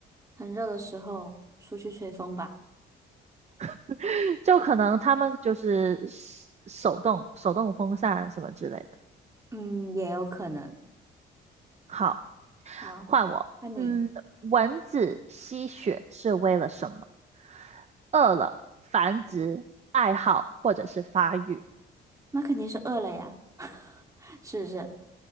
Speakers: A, on the right; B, on the right.
A: 很热的时候出去吹风吧。
B: <laughs> 就可能他们就是手手动手动风扇什么之类的。
A: 嗯，也有可能。
B: 好，
A: 好，
B: 换我。
A: 那你
B: 嗯，蚊子吸血是为了什么？饿了、繁殖、爱好或者是发育？
A: 那肯定是饿了呀，是不是？